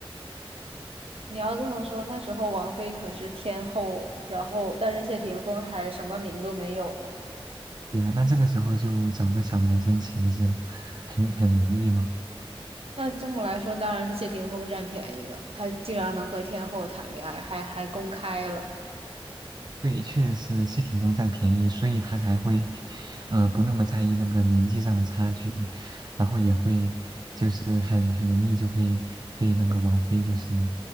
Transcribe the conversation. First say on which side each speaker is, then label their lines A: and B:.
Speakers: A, on the right (about 75°); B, on the right (about 45°).
A: 你要这么说，那时候王菲可是天后，然后但是谢霆锋还什么名都没有呢。
B: 对呀、那这个时候就找个小男生，岂不是很很容易吗？
A: 那这么来说，当然是谢霆锋占便宜了，他竟然能和天后谈恋爱，还还公开了。
B: 对，确实是谢霆锋占便宜，所以他才会，呃，不那么在意那个年纪上的差距，然后也会就是很很容易就会被那个王菲就是